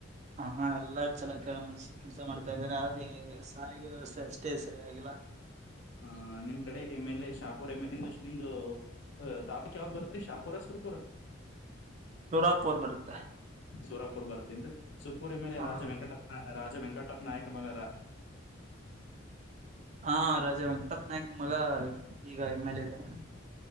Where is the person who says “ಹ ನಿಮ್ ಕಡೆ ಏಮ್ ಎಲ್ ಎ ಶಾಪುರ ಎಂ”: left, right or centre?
Left